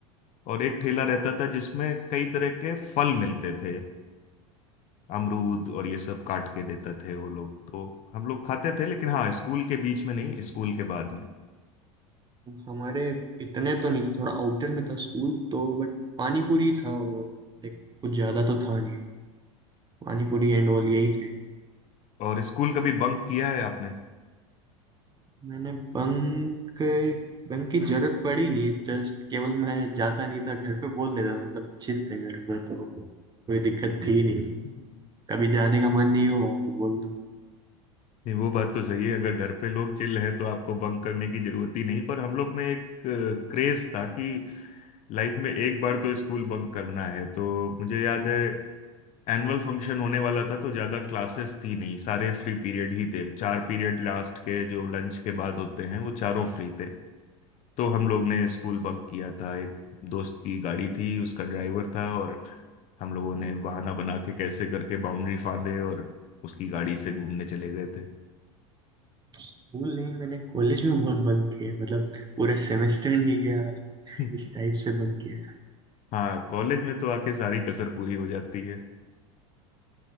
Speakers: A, on the left (about 45°); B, on the right (about 25°).
A: और एक ठेला रहता था जिसमें कई तरह के फल मिलते थे अमरूद और ये सब काट के देते थे वो लोग तो हम लोग खाते थे लेकिन हाँ स्कूल के बीच में नहीं स्कूल के बाद में
B: हमारे इतने तो नहीं थे थोड़ा आउटर में था स्कूल तो बट पानी पूरी था वो देख कुछ ज्यादा तो था नहीं पानी पूरी एंड ऑल यही थे
A: और स्कूल कभी बंक किया है आपने
B: मैंने बंक बंक की जरूरत पड़ी नहीं जस्ट केवल मैं जाता नहीं था घर पे बोल देता था, मतलब चिल थे घर पे तो कोई दिक्कत थी नहीं
A: हम्म।
B: कभी जाने का मन नहीं हुआ तो बोल दो
A: नहीं वो बात तो सही है अगर घर पे लोग चिल हैं तो आपको बंक करने की जरूरत ही नहीं पर हम लोग में एक क्रेज था कि लाइफ में एक बार तो स्कूल बंक करना है तो मुझे याद है एनुअल फंक्शन होने वाला था तो ज्यादा क्लासेस थी नहीं सारे फ्री पीरियड ही थे चार पीरियड लास्ट के जो लंच के बाद होते हैं वो चारों फ्री थे तो हम लोग ने स्कूल बंक किया था एक दोस्त की गाड़ी थी उसका ड्राइवर था और हम लोगों ने बहाना बना के कैसे करके बाउंड्री फांदे और उसकी गाड़ी से घूमने चले गए थे
B: स्कूल नहीं मैंने कॉलेज में बहुत बंक किया मतलब पूरे सेमेस्टर नहीं गया
A: <laughs>
B: इस टाइप से बंक किया
A: हाँ कॉलेज में तो आके सारी कसर पूरी हो जाती है